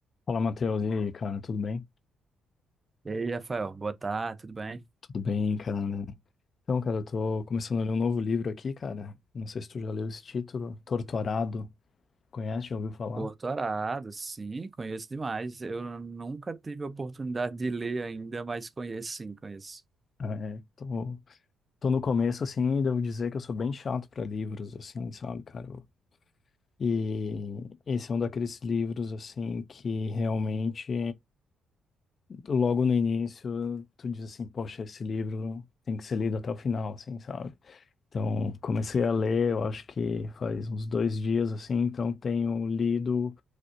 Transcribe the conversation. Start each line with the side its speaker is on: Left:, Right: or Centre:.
Left: Fala, Matheus. E aí, cara, tudo bem?
Right: E aí, Rafael, boa tarde, tudo bem?
Left: Tudo bem, cara. Então, cara, eu tô começando a ler um novo livro aqui, cara. Não sei se tu já leu esse título, Torturado. Conhece? Já ouviu falar?
Right: Doutorado, sim, conheço demais. Eu nunca tive a oportunidade de ler ainda, mas conheço sim, conheço. <laughs>
Left: É, tô, tô no começo, assim, e devo dizer que eu sou bem chato pra livros, assim, sabe, cara? Eu- E esse é um daqueles livros, assim, que realmente, logo no início, tu diz assim, poxa, esse livro tem que ser lido até o final, assim, sabe? Então, comecei a ler, eu acho que faz uns dois dias assim, então tenho lido